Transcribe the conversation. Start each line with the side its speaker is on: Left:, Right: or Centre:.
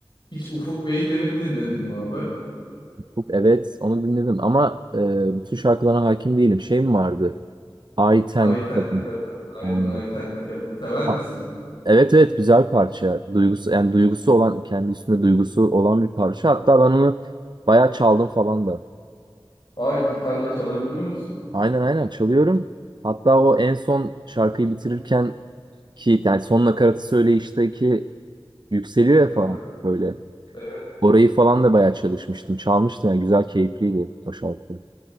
Left: hiç Ufuk Beydemir'i dinledin mi abi?
Right: Hook, Evet, onu dinledim ama e, bütün şarkılarına hakim değilim. Şey mi vardı? I Ten.
Left: Aytenli Kadın. Aynen
Right: Aynen.
Left: Aytenli Kadın. Sever
Right: Ah,
Left: misin?
Right: Evet evet güzel parça. Duygusu yani duygusu olan kendi üstünde duygusu olan bir parça. Hatta ben onu bayağı çaldım falan da.
Left: Aa gitarla çalabiliyor musun?
Right: Aynen aynen çalıyorum. Hatta o en son şarkıyı bitirirken ki yani son nakaratı söyleyişteki yükseliyor
Left: Sever.
Right: ya falan böyle.
Left: Evet.
Right: Orayı falan da bayağı çalışmıştım. Çalmıştım yani güzel keyifliydi o şarkı.